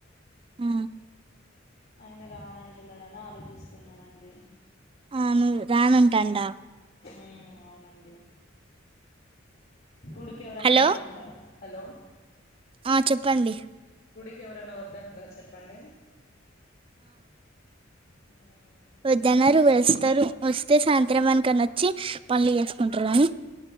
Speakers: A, on the right (about 25°); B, on the left (about 50°).
A: ఆ
B: ఆయన రానంటున్నాడని ఆలోచిస్తున్నానండి
A: ఆ, నువ్వు రానంటండా
B: ఉమ్ అవునండి గుడికికెవరన్నా
A: హలో
B: వద్దంటార హలో
A: ఆ చెప్పండి
B: గుడికి ఎవరన్న వద్దంట్ర చెప్పండి ఉమ్
A: వద్ద్దన్నరు
B: గుడికి వద్ద
A: వస్తారు వస్తే సాయంత్రం అనుకని వచ్చి పన్లు చేసుకుంట్రూ గానీ